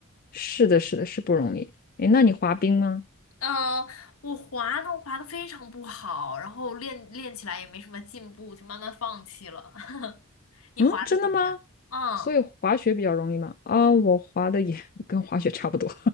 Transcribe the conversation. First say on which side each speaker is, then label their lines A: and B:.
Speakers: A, on the left; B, on the left.
A: 是的，是的，是不容易。诶，那你滑冰吗？
B: 呃，我滑呢，我滑的非常不好，然后练练起来也没什么进步，就慢慢放弃了。<laughs> 你滑的怎么样？
A: 嗯，真的吗？
B: 嗯。
A: 所以滑雪比较容易吗？啊，我滑的也 <laughs> 跟滑雪差不多。